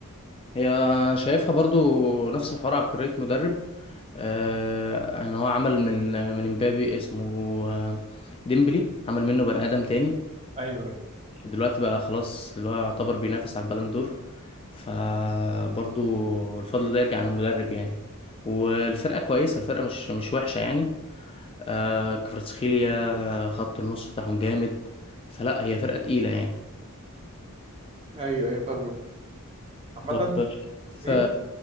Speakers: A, on the left; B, on the right.
A: هي شايفها برضو نفس الحوار عبقرية مدرب آه ان هو عمل من من امبابي اسمه آه، ديمبلي عمل منه بني ادم تاني
B: ايوه
A: دلوقتي بقى خلاص اللي هو يعتبر بينافس على البالون دور فبرضو الفضل ده يرجع للمدرب يعني والفرقة كويسة الفرقة مش مش وحشة يعني آه كفرتسخيليا خط النص بتاعهم جامد فلا هي فرقة تقيلة يعني
B: ايوه ايوه فاهمك عامة
A: طب ف-
B: ايه